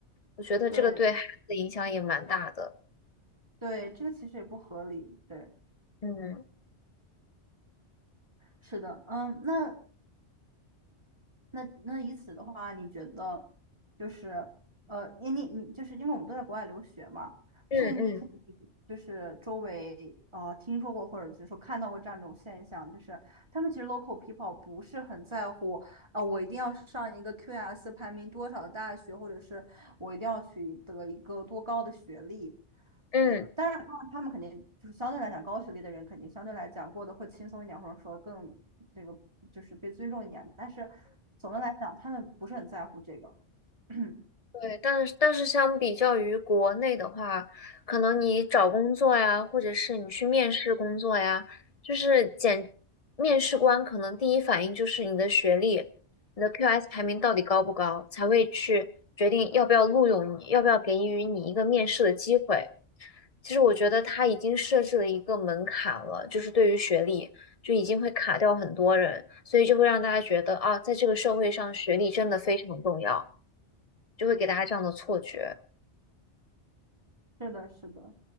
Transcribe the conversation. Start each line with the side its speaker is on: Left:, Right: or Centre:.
Left: 我觉得这个对孩子的影响也蛮大的。
Right: 对对，这个其实也不合理。对，
Left: 嗯
Right: 是的，嗯，那。那那以此的话，你觉得就是呃，你你你，就是因为我们都在国外留学嘛，
Left: 嗯嗯
Right: 所以你肯定就是周围呃听说过或者就是说看到过这样一种现象，就是他们其实 local people 不是很在乎呃，我一定要上一个 QS 排名多少的大学，或者是我一定要取得一个多高的学历，
Left: 嗯嗯。
Right: 对，但是他们他们肯定就是相对来讲，高学历的人肯定相对来讲过得会轻松一点，或者说更这个就是被尊重一点。但是总的来讲，他们不是很在乎这个。<clears throat>
Left: 对，但是但是相比较于国内的话，可能你找工作呀，或者是你去面试工作呀，就是简，面试官可能第一反应就是你的学历，你的 QS 排名到底高不高，才会去决定要不要录用你，要不要给予你一个面试的机会。其实我觉得他已经设置了一个门槛了，就是对于学历就已经会卡掉很多人，所以就会让大家觉得啊，在这个社会上学历真的非常重要，就会给大家这样的错觉。
Right: 是的，是的，